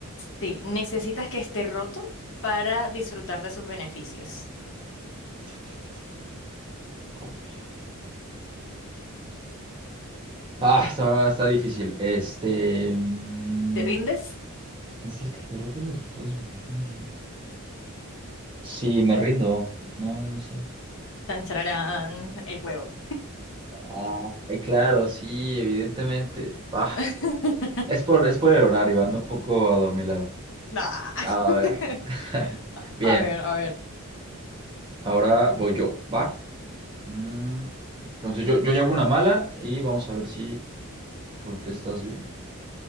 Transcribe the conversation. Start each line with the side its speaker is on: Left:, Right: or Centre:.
Left: Sí, necesitas que esté roto para disfrutar de sus beneficios.
Right: Es que esté roto. Comida. Ah, está, está difícil. Este. mm,
Left: ¿Te rindes?
Right: ¿Necesitas que esté roto? Los resultados son difíciles. Sí, me rindo. No, no sé.
Left: Tan, chararán, el huevo.
Right: Ah, ay, claro, sí, evidentemente. Ah,
Left: <laughs>
Right: es por, es por el horario, ando un poco adormilado.
Left: Nah.
Right: A ver.
Left: <laughs>
Right: <laughs> Bien,
Left: A ver, a ver.
Right: ahora voy yo, ¿va? Mm, Entonces yo, yo llevo una mala y vamos a ver si contestas bien.